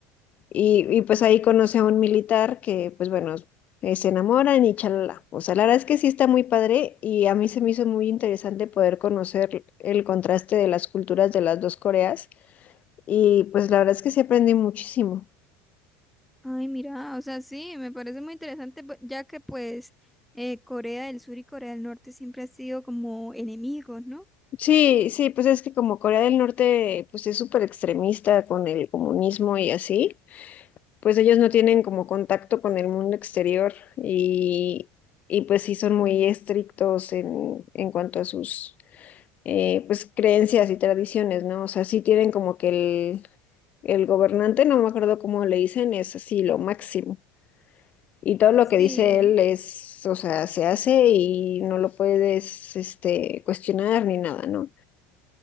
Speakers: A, on the left; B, in the centre.
A: Y, y pues ahí conoce a un militar que pues bueno, eh, se enamoran y chalala. O sea, la verdad es que sí está muy padre y a mí se me hizo muy interesante poder conocer el contraste de las culturas de las dos Coreas y pues la verdad es que sí aprendí muchísimo.
B: Ay, mira, o sea, sí, me parece muy interesante, pu- ya que pues eh, Corea del Sur y Corea del Norte siempre han sido como enemigos, ¿no?
A: Sí, sí, pues es que como Corea del Norte pues es súper extremista con el comunismo y así, pues ellos no tienen como contacto con el mundo exterior y, y pues sí son muy estrictos en, en cuanto a sus eh, pues creencias y tradiciones, ¿no? O sea, sí tienen como que el, el gobernante, no me acuerdo cómo le dicen, es así lo máximo. Y todo lo
B: Sí,
A: que dice él es, o sea, se hace y no lo puedes, este, cuestionar ni nada, ¿no?